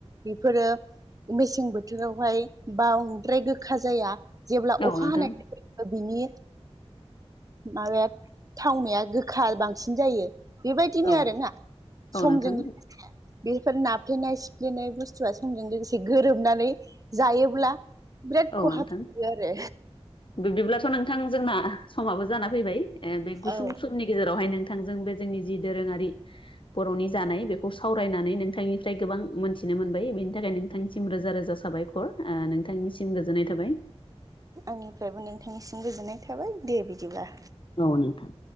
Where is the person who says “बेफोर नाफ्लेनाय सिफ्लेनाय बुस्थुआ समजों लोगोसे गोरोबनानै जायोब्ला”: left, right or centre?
Right